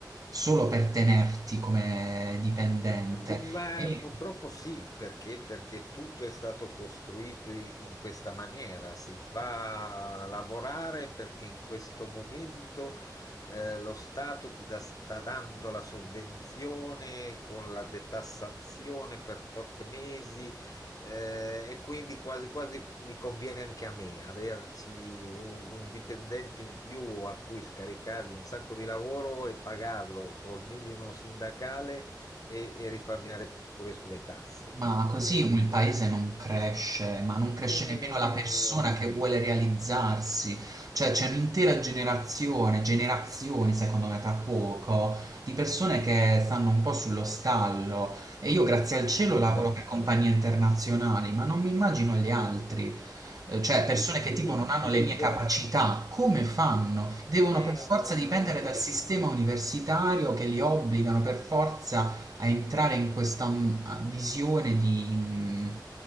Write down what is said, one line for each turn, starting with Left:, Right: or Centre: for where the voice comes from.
Right: solo per tenerti come dipendente.
Left: Ma
Right: E
Left: purtroppo sì, perché? Perché tutto è stato costruito i- in questa maniera. Si fa lavorare perché in questo momento eh, lo Stato ti dà- sta dando la sovvenzione con la detassazione per tot mesi eh, e quindi quasi quasi mi conviene anche a me averci un, un dipendente in più a cui scaricargli un sacco di lavoro e pagarlo col minimo sindacale e, e risparmiare pure sulle tasse.
Right: Ma così
Left: E,
Right: il paese non cresce, ma non cresce
Left: e-
Right: nemmeno la persona che vuole realizzarsi. Cioè c'è un'intera generazione, generazioni secondo me tra poco, di persone che stanno un po' sullo stallo e io grazie al cielo
Left: assolutamente.
Right: lavoro per compagnie internazionali, ma non mi immagino gli altri. Eh, Cioè
Left: Mm,
Right: persone che tipo
Left: Sì,
Right: non hanno
Left: ti
Right: le
Left: dico,
Right: mie capacità, come fanno? Devono
Left: eh,
Right: per forza dipendere dal sistema universitario che li obbligano per forza a entrare in questa mm, visione di, mm,